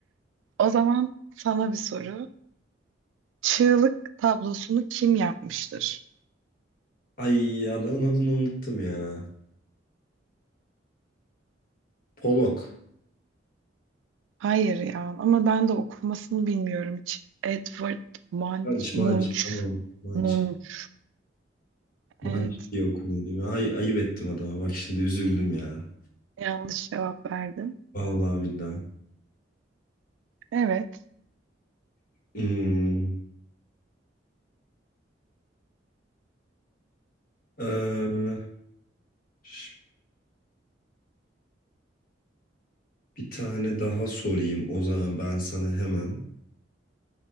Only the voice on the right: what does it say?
O zaman sana bir soru. Çığlık tablosunu kim yapmıştır?
Hayır ya ama ben de okumasını bilmiyorum hiç. Edward Munch,
Munch,
Munch.
Evet
yanlış cevap verdim.
Evet.